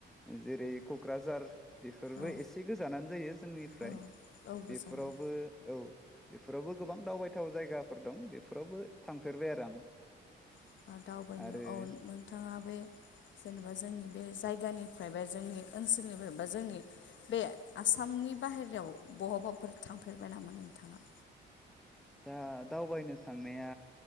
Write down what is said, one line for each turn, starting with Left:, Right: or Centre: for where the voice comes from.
Centre: जेरै क'क्राझार बेफोरबो
Left: औ
Centre: एसे गोजानानो जायो जोंनिफ्राय
Left: औ औ गोजानाव
Centre: बेफोरावबो औ। बेफोरावबो गोबां दावबायथाव जायगाफोर दं बेफोरावबो थांफेरबाय आरो आं।
Left: <inaudible> दावबायनो
Centre: आरो
Left: औ नोंथाङा बे जेनेबा जोंनि बे जायगानिफ्राय बा जोंनि ओनसोलनिफ्राय बा जोंनि बे आसामनि बाहेरायाव बहाबाफोर थांफेरबाय नामा नोंथाङा।
Centre: दा दावबायनो थांनाया